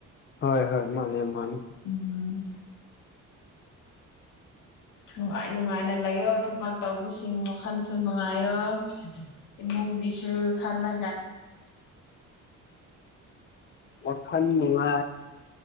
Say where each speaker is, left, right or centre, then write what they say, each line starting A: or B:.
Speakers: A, on the left; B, on the left.
A: ꯍꯣꯏ ꯍꯣꯏ ꯃꯥꯅꯦ ꯃꯥꯅꯦ
B: ꯎꯝ ꯅꯨꯡꯉꯥꯏ ꯅꯨꯡꯉꯥꯏꯅ ꯂꯩꯌꯣ ꯊꯕꯛ ꯇꯧꯕꯁꯤꯡ ꯋꯥꯈꯜꯁꯨ ꯅꯨꯡꯉꯥꯏꯌꯣ ꯏꯃꯨꯡ ꯒꯤꯁꯨ ꯈꯜꯂꯥ
A: <inaudible> ꯑꯣꯟꯅꯨꯡꯉ